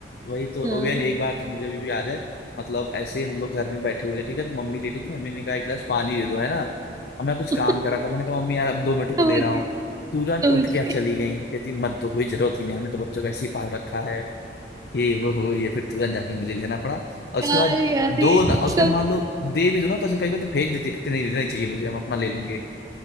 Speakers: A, on the left; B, on the right.
A: वही तो
B: हाँ
A: ओवेन एक बार तो मुझे अभी भी याद है मतलब ऐसे ही हम लोग घर में बैठे हुए थे ठीक है तो मम्मी लेटी तो मम्मी ने कहा एक गिलास पानी दे दो है ना अब मैं कुछ
B: <laughs>
A: काम कर रहा था मैंने कहा मम्मी यार अब दो मिनट को
B: समझिए
A: दे रहा हूँ तुरंत
B: समझिए
A: उठ के चली गई कहती मत दो कोई जरूरत ही नहीं हमने तो बच्चों को ऐसे ही पाल रखा है ये वो हो ये फिर तुरंत जाके मुझे लेना पड़ा और उसके
B: यार
A: बाद
B: यार
A: दो
B: ये
A: ना और उसके
B: सब
A: बाद मान लो दे भी दो ना तो ऐसे कहीं को तो फेंक देती कहती नहीं देना ही चाहिए मुझे हम अपना ले लेंगे